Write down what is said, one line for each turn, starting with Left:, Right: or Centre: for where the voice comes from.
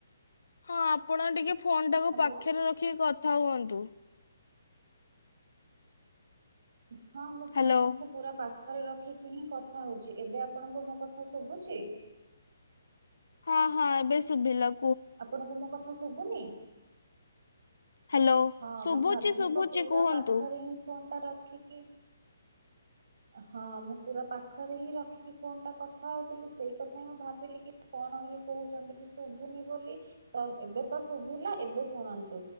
Left: ହଁ ଆପଣ ଟିକେ ଫୋନ୍ ଟାକୁ
Right: ହ୍ୟାଲୋ।
Left: ପାଖରେ ରଖିକି। ହଉ ହୁଅନ୍ତୁ।
Right: ହଁ ମୁଁ
Left: ହ୍ୟାଲୋ
Right: ଫୋନ କୁ ପୁରା ପା। ପାଖରେ ରଖିକି ହିଁ କଥା ହଉଛି ଏବେ ଆପଣଙ୍କୁ ମୋ କଥା ଶୁଭୁଛି?
Left: ହଁ ହଁ ଏବେ ଶୁଭିଲ।
Right: ଆପଣଙ୍କୁ ମୋ କ ତ ଶୁଭୁନି।
Left: ହ୍ୟାଲୋ
Right: ହଁ
Left: ଶୁଭୁଛି
Right: ମୁଁ ଭାବ ମୁଁ
Left: ଶୁଭୁଛି
Right: ତ ପୁରା
Left: କୁହନ୍ତୁ
Right: ପାଖରେ ହିଁ ଫୋନ୍। ରଖିକି। ହଁ ମୁଁ ପୁରା ପାଖରେ ହିଁ ର ରଖିକି ଫୋନ୍ ଟା କଥା ହେଉଥିଲି ସେଇ କଥା ହିଁ ମୁଁ ଭାବିଲି କି କଣ ଇଏ। କହୁଛନ୍ତି କି ଶୁଭୁନି ବୋଲି ତ ଏବେ ତ ଶୁଭିଲା ଏବେ ଶୁଣନ୍ତୁ